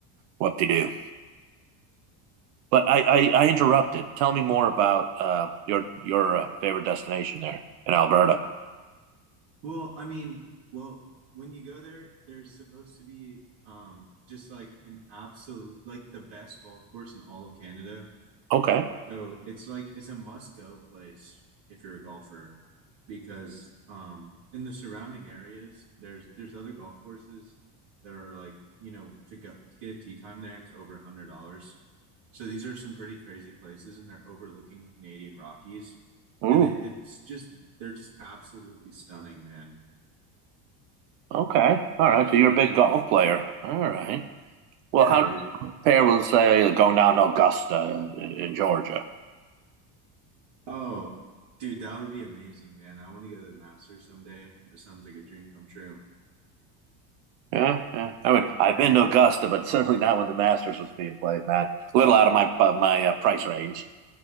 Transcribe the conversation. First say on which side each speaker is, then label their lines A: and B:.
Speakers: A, on the right; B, on the right.
A: what they do. But I, I I interrupted. Tell me more about uh, your your uh, favorite destination there in Alberta.
B: Well, I mean, well, when you go there, there's supposed to be um just like an absolute like the best golf course in all of Canada
A: Okay.
B: So it's like it's a must-go place if you're a golfer because um in the surrounding areas there's there's other golf courses that are like, you know, to go to get a tee time there it's over a hundred dollars. So these are some pretty crazy places and they're overlooking the Canadian Rockies
A: Ooh.
B: and it, it's just they're just absolutely stunning, man.
A: Okay. All right. So you're a big golf player. All right. Well,
B: Yeah,
A: how
B: dude.
A: do you compare with say going down to Augusta in, in Georgia?
B: Oh, dude, that would be amazing, man. I want to go to the Masters someday. That sounds like a dream come true.
A: Yeah, yeah. I mean, I've been to Augusta, but certainly not when the Masters was being played, man. A little out of my uh, my uh, price range.